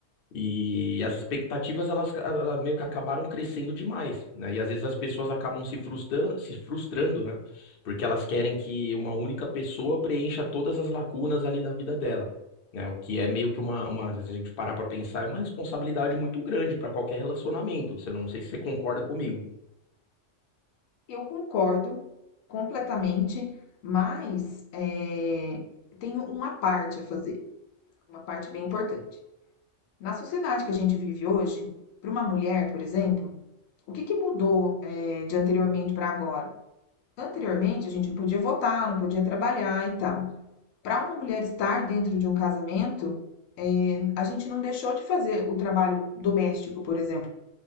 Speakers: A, on the left; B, on the left.
A: E as expectativas, elas, elas meio que acabaram crescendo demais, né? E às vezes as pessoas acabam se frustrando, se frustrando, né? Porque elas querem que uma única pessoa preencha todas as lacunas ali da vida dela, né? O que é meio que uma, uma, se a gente parar pra pensar, é uma responsabilidade muito grande pra qualquer relacionamento. Você não sei se você concorda comigo.
B: Eu concordo completamente, mas eh, tenho uma parte a fazer, uma parte bem importante. Na sociedade que a gente vive hoje, para uma mulher, por exemplo, o que que mudou eh, de anteriormente para agora? Anteriormente, a gente não podia votar, não podia trabalhar e tal. Para uma mulher estar dentro de um casamento, a gente não deixou de fazer o trabalho doméstico, por exemplo.